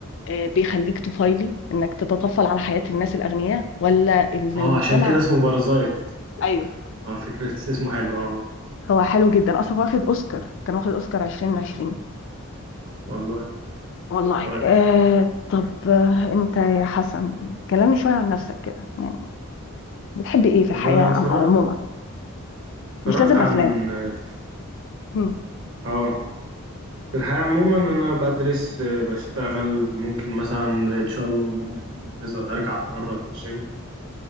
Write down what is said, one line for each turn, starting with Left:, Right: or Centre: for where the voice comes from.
Left: آه، بيخليك طفيلي انك تتطفل على حياة الناس الاغنياء ولا ان
Right: اه
Left: المجتمع
Right: عشان كده اسمه بارازايت
Left: ايوه
Right: اه فكرة اسمه حلو اه
Left: هو حلو جدا اصلا واخد اوسكار كان واخد اوسكار 2020
Right: والله
Left: والله
Right: كويس
Left: آه طب آه انت يا حسن كلمني شوية عن نفسك كده يعني بتحب ايه في الحياة
Right: انا
Left: عم-
Right: اتفرجت
Left: عموما
Right: اتفرجت
Left: مش لازم
Right: عن
Left: افلام
Right: اه
Left: هم.
Right: آه، في الحياة عموما انا بدرس آه، بشتغل ممكن مثلا ان شاء الله لما ارجع تاني الاجازة ارجع اتمرن في الجيم